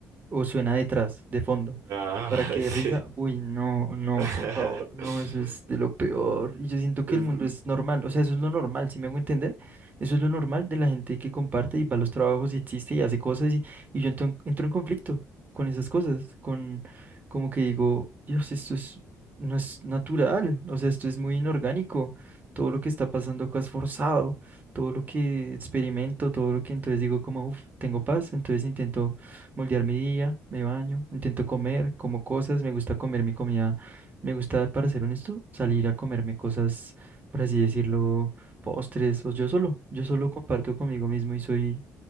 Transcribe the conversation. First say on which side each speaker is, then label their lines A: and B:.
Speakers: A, on the right; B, on the right.
A: o suena detrás, de fondo,
B: Ah,
A: para que
B: <laughs> sí.
A: dé risa. Uy, no, no,
B: <laughs>
A: por favor, no, eso es de lo peor. Y yo siento que
B: Es-
A: el mundo es normal, o sea, eso es lo normal, si me hago entender, eso es lo normal de la gente que comparte y va a los trabajos y existe y hace cosas y, y yo entro, entro en conflicto con esas cosas, con como que digo, Dios, esto es, no es natural, o sea, esto es muy inorgánico, todo lo que está pasando acá es forzado, todo lo que experimento, todo lo que entonces digo como, uff, tengo paz, entonces intento moldear mi día, me baño, intento comer, como cosas, me gusta comer mi comida, me gusta, para ser honesto, salir a comerme cosas, por así decirlo, postres, o yo solo, yo solo comparto conmigo mismo y soy